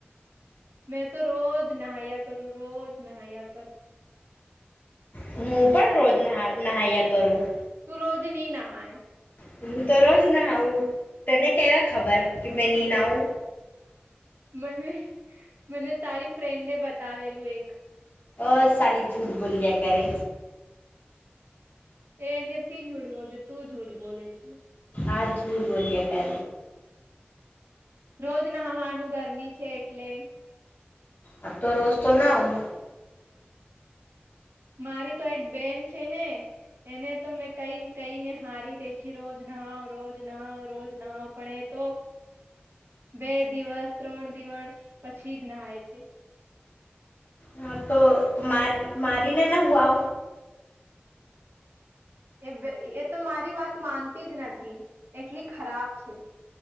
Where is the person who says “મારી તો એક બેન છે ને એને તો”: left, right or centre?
Right